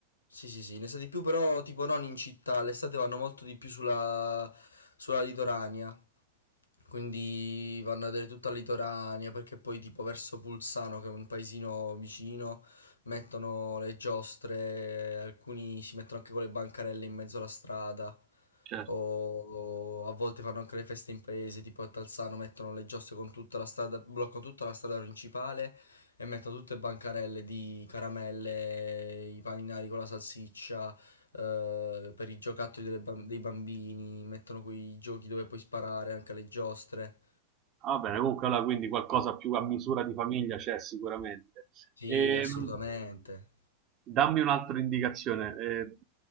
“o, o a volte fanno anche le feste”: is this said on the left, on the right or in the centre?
Left